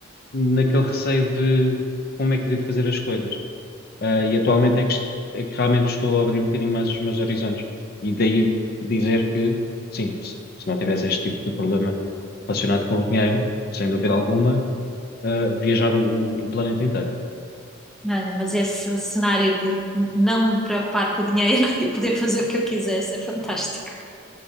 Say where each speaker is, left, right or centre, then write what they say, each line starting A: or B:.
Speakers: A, on the left; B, in the centre.
A: naquele receio de como é que devo fazer as coisas. Ah, e atualmente é que, est- é que realmente estou a abrir um bocadinho mais os meus horizontes. E daí dizer que, sim, se, se não tivesse este tipo de problema relacionado com o dinheiro, sem dúvida alguma, ah, viajar o, o- o planeta inteiro.
B: Olha, mas esse cenário de não me preocupar com o dinheiro <laughs> e poder fazer o que eu quisesse é fantástico.